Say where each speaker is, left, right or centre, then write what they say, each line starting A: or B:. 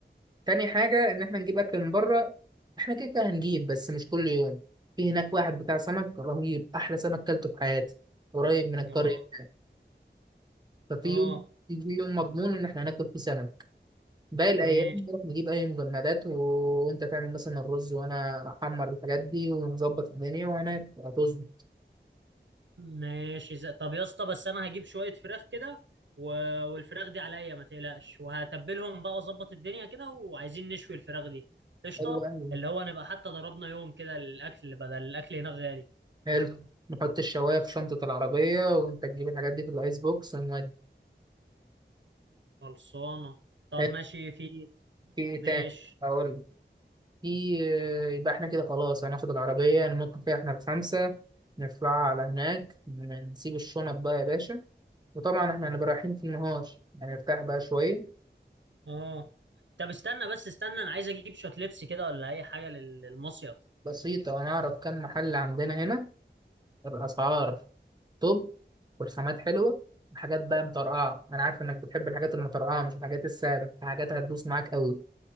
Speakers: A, on the right; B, on the right.
A: تاني حاجة إن إحنا نجيب أكل من بره إحنا كده كده هنجيب بس مش كل يوم في هناك واحد بتاع سمك رهيب أحلى سمك كلته في حياتي قريب من القرية
B: يا راجل
A: ففي
B: اه
A: يوم في يوم مضمون إن إحنا هناكل فيه سمك باقي الأيام
B: ماشي
A: نروح نجيب أي مجمدات و- وأنت تعمل مثلا الرز وأنا أحمر الحاجات دي ونظبط الدنيا وهناك هتظبط
B: ماشي زي... طب يا اسطى بس انا هجيب شويه فراخ كده و... والفراخ دي عليا ما تقلقش وهتبلهم بقى واظبط الدنيا كده وعايزين نشوي الفراخ دي قشطه
A: حلو أوي
B: اللي هو نبقى حتى ضربنا يوم كده الاكل بدل الاكل هناك غالي
A: حلو نحط الشواية في شنطة العربية وأنت تجيب الحاجات دي في الأيس بوكس ونودي
B: خلصانه طب
A: حلو
B: ماشي في
A: في إيه
B: ماشي
A: تاني؟ هقول في آه، يبقى احنا كده خلاص هناخد العربية ننط فيها احنا الخمسة نطلع على هناك نسيب الشنط بقى يا باشا وطبعا احنا هنبقى رايحين في النهار هنرتاح بقى شوية
B: اه طب استنى بس استنى انا عايز اجيب شويه لبس كده ولا اي حاجه لل- للمصيف
A: بسيطة ونعرف كم محل عندنا هنا الأسعار توب والخامات حلوة حاجات بقى مطرقعة أنا عارف إنك بتحب الحاجات المطرقعة مش الحاجات السادة حاجات هتدوس معاك أوي